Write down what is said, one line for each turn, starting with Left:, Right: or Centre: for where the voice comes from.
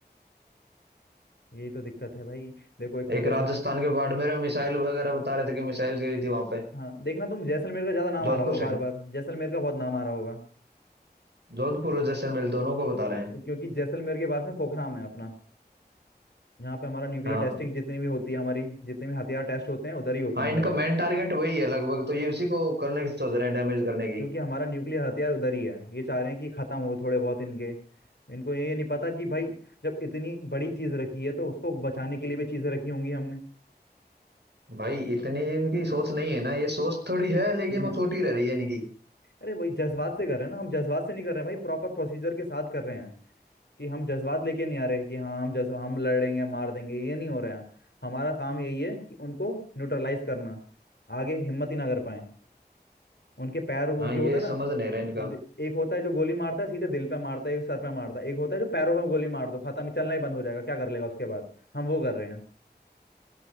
Left: यही तो दिक्कत है भाई देखो एक तो
Right: एक
Left: जैसल
Right: राजस्थान के बाड़मेर में मिसाइल वगैरह बता रहे थे कि मिसाइल गिरी थी वहां पे
Left: हाँ देखना तुम जैसलमेर का ज्यादा नाम
Right: जोधपुर
Left: आ रहा होगा
Right: साइड
Left: बार बार जैसलमेर का बहुत नाम आ रहा होगा
Right: जोधपुर और जैसलमेर दोनों को बता रहे हैं
Left: क्योंकि जैसलमेर के पास में पोखराम है अपना जहाँ पे हमारा न्यूक्लियर
Right: हाँ
Left: टेस्टिंग
Right: हाँ
Left: जितनी भी होती है हमारी जितने भी हथियार टेस्ट होते हैं उधर ही होते
Right: हाँ
Left: हैं
Right: इनका
Left: सारे
Right: मेन टारगेट वही है लगभग तो ये उसी को करने की सोच रहे हैं डैमेज करने की
Left: क्योंकि हमारा न्यूक्लियर हथियार उधर ही है ये चाह रहे हैं कि खत्म हो थोड़े बहुत इनके इनको ये नहीं पता कि भाई जब इतनी बड़ी चीज रखी है तो उसको बचाने के लिए भी चीजें रखी होंगी हमने
Right: भाई इतनी इनकी सोच नहीं है ना ये सोच थोड़ी है लेकिन
Left: <laughs>
Right: वो छोटी रह रही है इनकी
Left: अरे वही जज्बात से कर रहे हैं ना हम जज्बात से नहीं कर रहे भाई प्रॉपर प्रोसीजर के साथ कर रहे हैं कि हम जज्बात लेके नहीं आ रहे कि हाँ हम जज्बा हम लड़ेंगे मार देंगे ये नहीं हो रहा है हमारा काम यही है कि उनको न्यूट्रलाइज करना आगे हिम्मत ही ना कर पाए उनके पैर वो
Right: हाँ
Left: जो
Right: ये
Left: होता है
Right: समझ
Left: ना
Right: नहीं रहा इनका
Left: दि- एक होता है जो गोली मारता है सीधे दिल पे मारता है एक सर पे मारता है एक होता है जो पैरों पे गोली मार दो खत्म ही चलना ही बंद हो जाएगा क्या कर लेगा उसके बाद हम वो कर रहे हैं